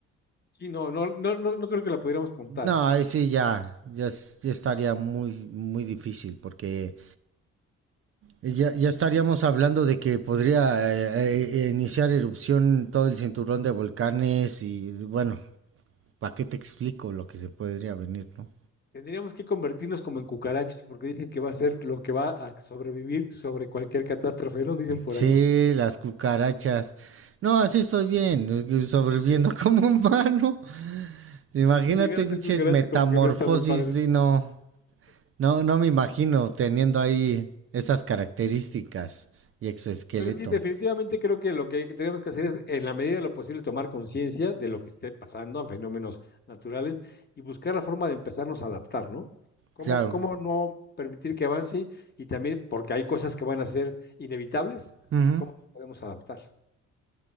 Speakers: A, on the left; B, on the right.
A: Sí, no, no, no, no, no creo que la pudiéramos contar.
B: No, ahí sí ya, ya, es- ya estaría muy, muy difícil porque ya, ya estaríamos hablando de que podría eh, eh, iniciar erupción todo el cinturón de volcanes y bueno, ¿para qué te explico lo que se podría venir, no?
A: Tendríamos que convertirnos como en cucarachas, porque dicen que va a ser lo que va a sobrevivir sobre cualquier catástrofe, ¿no? Dicen por
B: Sí,
A: ahí.
B: las cucarachas. No, así estoy bien, eh, sobreviviendo <laughs> como humano. Imagínate,
A: <laughs> Si llegar a ser
B: pinche
A: cucaracha,
B: metamorfosis,
A: como que no está muy padre.
B: sí, no, no, no me imagino teniendo ahí esas características y exoesqueleto.
A: Pero sí, definitivamente creo que lo que tenemos que hacer es, en la medida de lo posible, tomar conciencia de lo que esté pasando a fenómenos naturales y buscar la forma de empezarnos a adaptar, ¿no? ¿Cómo,
B: Claro.
A: cómo no permitir que avance y también porque hay cosas que van a ser inevitables,
B: Ujú.
A: cómo nos podemos adaptar?